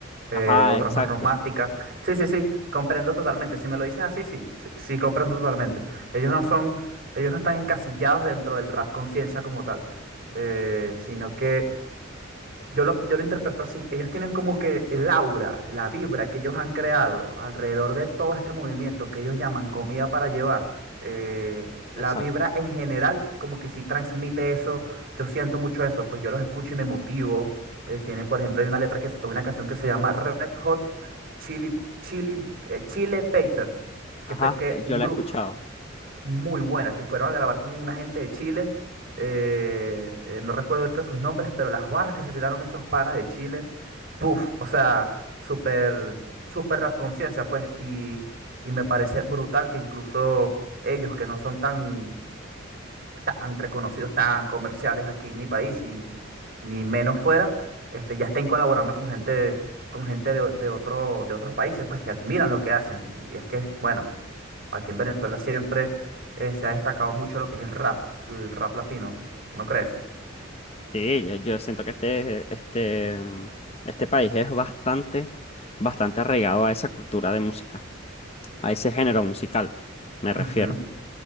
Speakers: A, on the right (about 50°); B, on the left (about 30°).
A: eh,
B: Ajá,
A: otras
B: exacto,
A: más románticas. Sí, sí, sí, comprendo totalmente. Si me lo dices así, sí, sí, sí, comprendo totalmente. Ellos no son, ellos no están encasillados dentro del rap conciencia como tal, eh, sino que Yo lo, yo lo interpreto así. Ellos tienen como que el aura, la vibra que ellos han creado alrededor de todo este movimiento que ellos llaman comida para llevar. eh, la
B: exacto.
A: vibra en general como que sí transmite eso. Yo siento mucho eso. Pues yo los escucho y me motivo. Eh, tienen, por ejemplo, hay una letra que es, una canción que se llama Red Hot Chili, Chili, eh, Chile Papers, que
B: Ajá,
A: fue que
B: eh,
A: un
B: yo
A: grupo,
B: la he escuchado.
A: muy buena, que fueron a grabar con una gente de Chile. eh, eh, no recuerdo ahorita sus nombres, pero las barras que se tiraron esos panas de Chile, puff, o sea, súper, súper rap conciencia, pues, y, y me parece brutal que incluso ellos que no son tan, tan reconocidos, tan comerciales aquí en mi país, y ni menos fuera, este, ya estén colaborando con gente, con gente de, o- de otro, de otros países, pues, que admiran lo que hacen. Y es que, bueno. Aquí en Venezuela siempre eh, se ha destacado mucho lo que es el rap, el rap latino, ¿no crees?
B: Sí, yo, yo siento que este, este, mm, este país es bastante, bastante arraigado a esa cultura de música, a ese género musical, me refiero.
A: Ujú.